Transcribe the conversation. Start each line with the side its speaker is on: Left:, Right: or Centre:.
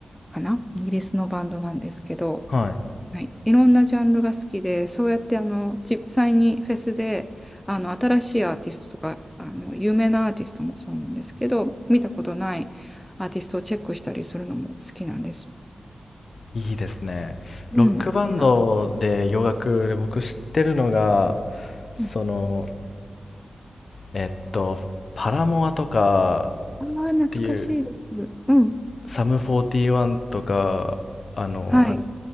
Centre: かな、イギリスのバンドなんですけど、
Left: はい、
Centre: はい、いろんなジャンルが好きで、そうやってあの実際にフェスであの新しいアーティストとかあの有名なアーティストもそうなんですけど、見たことないアーティストをチェックしたりするのも好きなんです。
Left: いいですね。
Centre: うん。
Left: ロックバンドで洋楽で僕知ってるのが、
Centre: あ、
Left: その、
Centre: うん
Left: えっと、パラモアとか
Centre: あー、懐かしいです。
Left: っていう、
Centre: うん。
Left: サム41とか、あの、
Centre: ははい。